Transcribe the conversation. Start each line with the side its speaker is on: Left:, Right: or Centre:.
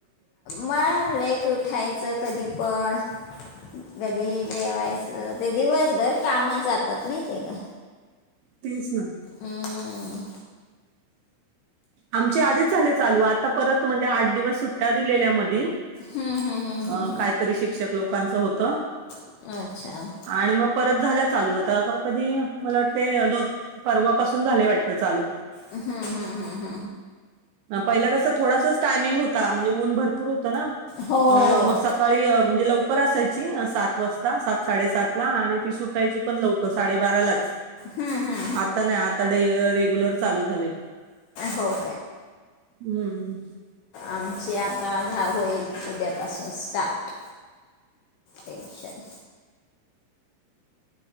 Left: मग लेट उठायचं कधी पण कधीही जेवायचं ते दिवसभर कामचं जातात माहिती का
Right: तेच ना
Left: हम्म
Right: आमचे आधीच झाले चालू आता परत म्हणजे आठ दिवस सुट्ट्या दिलेल्या म दि
Left: हम्म, हम्म, हम्म,
Right: अ
Left: हम्म,
Right: काहीतरी शिक्षक लोकांच हो त
Left: हम्म. अच्छा हम्म,
Right: आणि मग परत झाल्या चालु आता का कधी मला वाटते ग परवा पासुन झाले वाटतं चालु
Left: हम् हम्म हम्म हम
Right: पहिला कस थोडासाच टायमिंग होता म्हणजे ऊन भरपूर होतं ना
Left: हो
Right: अ मग सकाळी म्हणजे लवकर असायची सात वाजता सात साडेसात ला आणि ती सुटायची पण लवकर साडेबारा लाच
Left: हम्म, हम्म.
Right: आता नाही आता रेग्युलर चालू झाले
Left: हो
Right: हम्म
Left: आमचे आता घाव होईल उद्यापासून स्टार्ट टंशन